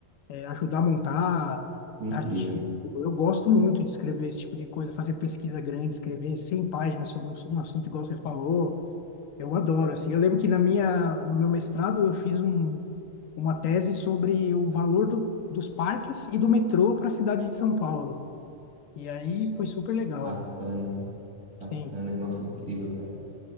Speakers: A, on the left; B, on the right.
A: eh, ajudar a montar
B: Incrível,
A: artigo.
B: cara.
A: Eu gosto muito de escrever esse tipo de coisa, fazer pesquisa grande, escrever 100 páginas sobre um assunto igual você falou. Eu adoro, assim. Eu lembro que na minha, no meu mestrado eu fiz um, uma tese sobre o valor do, dos parques e do metrô para a cidade de São Paulo. E aí foi super legal.
B: Bacana, bacana,
A: Sim.
B: nossa, incrível, cara.